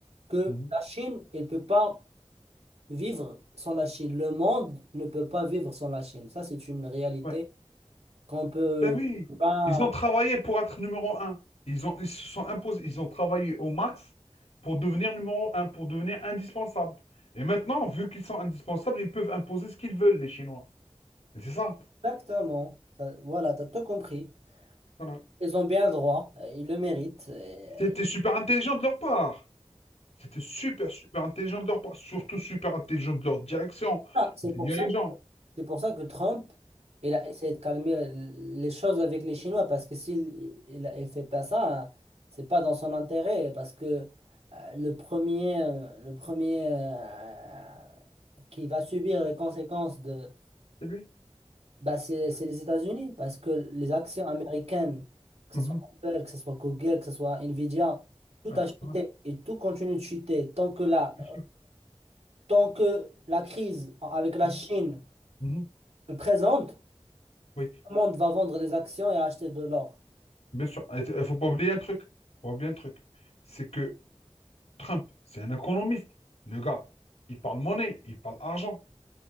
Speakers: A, on the right; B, on the left.
A: Que
B: mhm.
A: la Chine, elle ne peut pas vivre sans la Chine. Le monde ne peut pas vivre sans la Chine. Ça, c'est une réalité
B: Ouais.
A: qu'on peut
B: Ben oui,
A: pas.
B: ils ont travaillé pour être numéro un. Ils ont, ils se sont imposés, ils ont travaillé au max pour devenir numéro un, pour devenir indispensables. Et maintenant, vu qu'ils sont indispensables, ils peuvent imposer ce qu'ils veulent, les Chinois. Et c'est ça.
A: Exactement. Ça- voilà, tu as tout compris.
B: Voilà.
A: Ils ont bien le droit, euh, ils le méritent. et,
B: C'était
A: euh,
B: super intelligent de leur part. C'était super, super intelligent de leur part. Surtout super intelligent de leur direction,
A: ah, c'est
B: des
A: pour
B: dirigeants.
A: ça, c'est pour ça que Trump, il a essayé de calmer l- les choses avec les Chinois, parce que s'il il, a- il fait pas ça, hein, c'est pas dans son intérêt, parce que euh, le premier, euh, le premier euh, qui va subir les conséquences de,
B: C'est lui?
A: bah, c'est c'est les États-Unis, parce que les actions américaines, que
B: Mhm.
A: ce soit Apple, que ce soit Google, que ce soit Nvidia, tout
B: Ouais,
A: a chuté
B: ouais,
A: et tout continue de chuter tant que là.
B: bien sûr.
A: tant que la crise avec la
B: Mhm.
A: Chine
B: Mhm.
A: est présente, tout
B: Oui,
A: le monde va vendre les actions et acheter de l'or.
B: bien sûr. Il ne faut pas oublier un truc. Faut pas oublier un truc. C'est que Trump, c'est un économiste. Le gars, il parle monnaie, il parle argent.